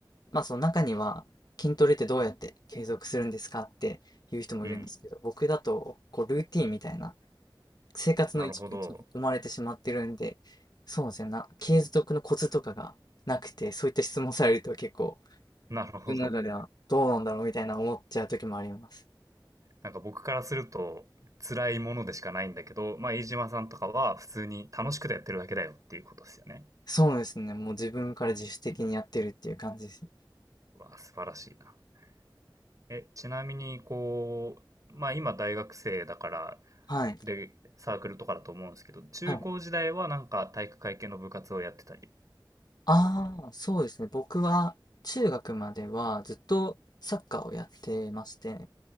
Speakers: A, on the left; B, on the right.
A: まあその中には、筋トレってどうやって継続するんですかっていう人もいるんですけど、
B: うん
A: 僕だと、こう、ルーティンみたいな、生活の一部に生まれてしまってるんで、
B: なるほど。
A: そうですね、な、継続のコツとかがなくて、そういった質問されると結構、
B: なるほど。
A: 自分の中ではどうなんだろうみたいな思っちゃう時もあります。
B: なんか僕からすると辛いものでしかないんだけど、まあ飯島さんとかは普通に楽しくてやってるだけだよっていうことですよね。
A: そうですね、もう自分から自主的にやってるっていう感じです。
B: うわ、素晴らしいな。え、ちなみにこう、まあ今大学生だから、
A: はい。
B: で、サークルとかだと思うんですけど、中高時代はなんか体育会系の部活をやってたり。
A: はい。ああ、そうですね、僕は中学まではずっとサッカーをやってまして、